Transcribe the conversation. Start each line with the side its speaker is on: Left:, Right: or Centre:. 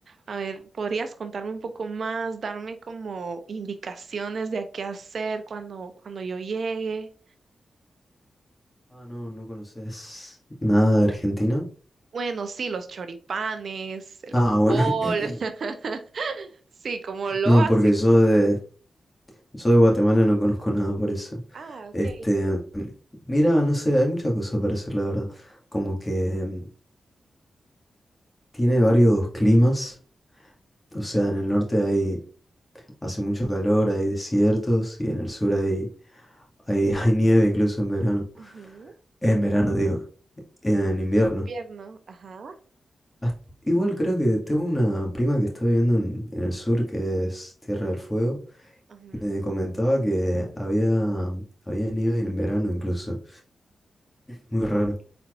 Right: A ver, ¿podrías contarme un poco más, darme como indicaciones de a qué hacer cuando, cuando yo llegue?
Left: Ah, no, no conoces nada de Argentina.
Right: Bueno, sí, los choripanes, el
Left: Ah,
Right: fútbol.
Left: bueno. <clears throat>
Right: <laughs> Sí, como lo
Left: No,
Right: básico.
Left: porque yo
Right: ¿no?
Left: de, yo de Guatemala no conozco nada por eso.
Right: Ah, ok.
Left: Este, mira, no sé, hay muchas cosas para hacer, la verdad. Como que mm, tiene varios climas. O sea, en el norte hay, hace mucho calor, hay desiertos, y en el sur hay, hay, <laughs> hay nieve incluso en verano.
Right: Ujú.
Left: En verano, digo, en invierno.
Right: Pierno, ajá.
Left: Hasta- Igual creo que tengo una prima que está viviendo en, en el sur, que es Tierra del Fuego.
Right: ujú.
Left: Me comentaba que había, habían ido en verano incluso. Muy raro.